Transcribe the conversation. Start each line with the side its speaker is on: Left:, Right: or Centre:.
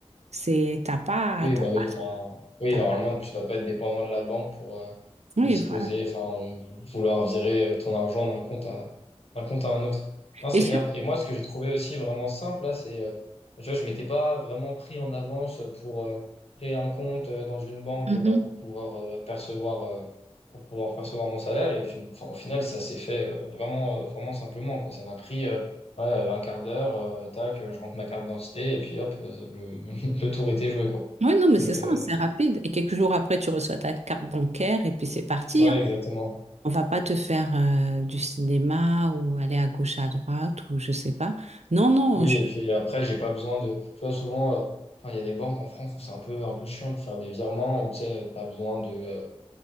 Right: C'est t'as pas,
Left: Oui,
Right: t'as-
Left: bah oui, enfin, oui,
Right: t'as
Left: normalement,
Right: pas-
Left: tu dois pas être dépendant de la banque pour euh,
Right: Oui,
Left: disposer,
Right: voilà.
Left: enfin, ou vouloir virer euh, ton argent d'un compte à, d'un compte à un autre. Non, c'est
Right: Et je-
Left: clair. Et moi, ce que j'ai trouvé aussi vraiment simple, là, c'est, euh, tu vois, je m'étais pas vraiment pris en avance pour euh, créer un compte euh, dans une banque,
Right: Mhm.
Left: euh, bah, pour pouvoir euh, percevoir, euh, pour pouvoir percevoir mon salaire. Et puis, enfin, au final, ça s'est fait euh, vraiment, euh, vraiment simplement, quoi. Ça m'a pris, euh, ouais, un quart d'heure, euh, tac, je rentre ma carte d'identité, et puis hop, euh, le, <laughs> le tour était joué, quoi.
Right: Oui, non, mais
Left: Donc,
Right: c'est ça,
Left: euh,
Right: c'est rapide. Et quelques jours après, tu reçois ta carte bancaire et puis c'est parti,
Left: ouais,
Right: hein.
Left: exactement.
Right: On va pas te faire euh, du cinéma ou aller à gauche, à droite ou je sais pas. Non, non,
Left: Oui,
Right: je...
Left: et puis après, j'ai pas besoin de. Tu vois, souvent, euh, enfin, il y a des banques en France où c'est un peu, un peu chiant pour faire des virements, où tu sais, euh, t'as besoin de. euh,